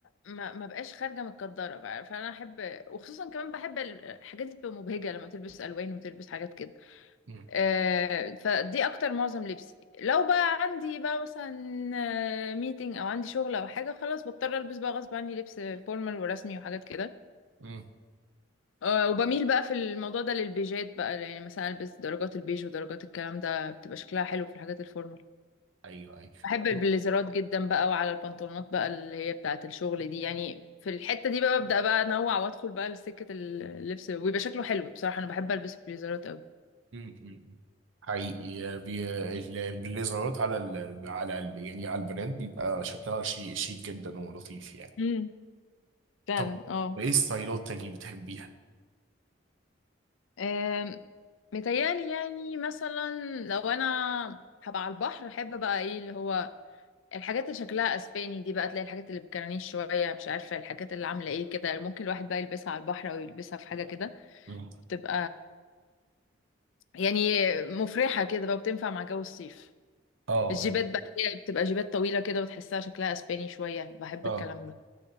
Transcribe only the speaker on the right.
امم
امم
ايوه ايوه
مم. حقيقي آه، بي... ال- اللي ظهرت على ال... على ال... يعني على البنات بيبقى شكلها شيك شيك جدا ولطيف يعني
طب
ايه ستايلات تانية بتحبيها؟
مم.
اه
اه